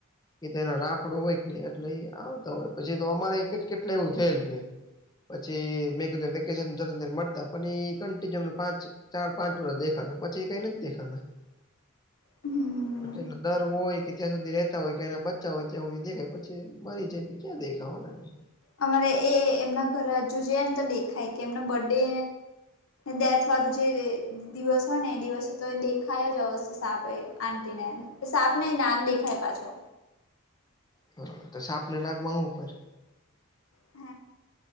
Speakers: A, on the left (about 20°); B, on the left (about 75°).
A: કે એનો રાફડો હોય એટલે આવતા હોય પછી તો અમારે જ કેટલી વાર એવું થયેલું છે. પછી મેં કીધું વેકેશન પછી એ ચાર પાંચ વર્ષ દેખાય ત્યારબાદ એ નથી દેખાયા.
B: હમ
A: હ એટ એ દર હોય કે ત્યાં સુધી રેતા હોય કે એના બચા હોય ત્યાં સુધી દેખાય પછી મરી જાય. ક્યા દેખાઑને.
B: અમારે એ એમના ઘર હજુ જઈએ ને તો દેખાય કે એમના બર્ ડે. દથ વાળું જે. દિવસ હોય ને એ દિવસે તો એ દેખાય જ અવશે સાપ એ આટી ને સાપ નહી નાક દેખાય પાછો.
A: બરોર તો સા આપને નાકમાં હોવું ફ.
B: હ